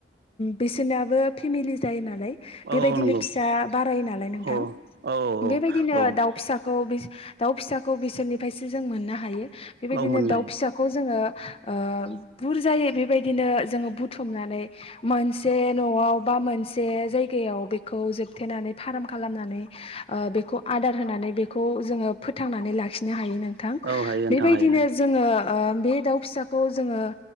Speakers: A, on the left (about 35°); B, on the right (about 60°).
A: बिसोरनाबो फिमिलि जायो नालाय बेबायदिनो
B: औ औ नंगौ
A: फिसा बारायो नालाय नोंथां
B: औ औ
A: बेबायदिनो
B: औ
A: दाउ फिसा खौ बिस दाउ फिसाखौ बिसोनिफायसो जों मोननो हायो बेबायदिनो
B: औ मोननो
A: दाउ
B: हायो
A: फिसाखौ जोङो ओ बुरजायै बेबायदिनो जोङो बुथुमनानै मोनसे न'वाव बा मोनसे जायगायाव बेखौ जोबथेनानै फार्म खालामनानै ओ बेखौ आदार होनानै बेखौ जोङो फोथांनानै लाखिनो हायो नो थां
B: औ हायो
A: बेबायदिनो
B: नोंथां हायो हायो
A: जोङो ओ बे दाउ फिसाखौ जोङो